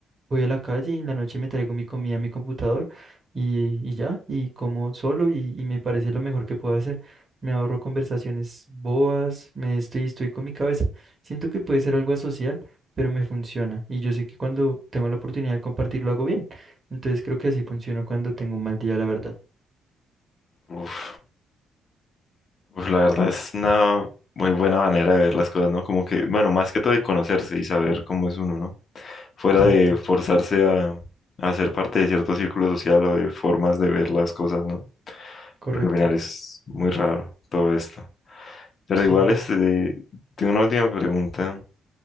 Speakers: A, on the right; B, on the left.
A: Voy a la calle y en la noche me traigo mi comida a mi computador y, y ya, y como solo y, y me parece lo mejor que puedo hacer. Me ahorro conversaciones bobas, me estoy, estoy con mi cabeza. Siento que puede ser algo asocial, pero me funciona. Y yo sé que cuando tengo la oportunidad de compartirlo hago bien. Entonces creo que así funciona cuando tengo un mal día, la verdad.
B: uf, uf, la verdad es una muy buena manera de ver las cosas, ¿no? Como que, bueno, más que todo de conocerse y saber cómo es uno, ¿no? Fuera
A: Exacto,
B: de forzarse a, a ser parte de cierto círculo social o de formas de ver las cosas, ¿no?
A: correcto.
B: Porque al final es muy raro todo esto. Pero
A: Sí,
B: igual, este, tengo una última pregunta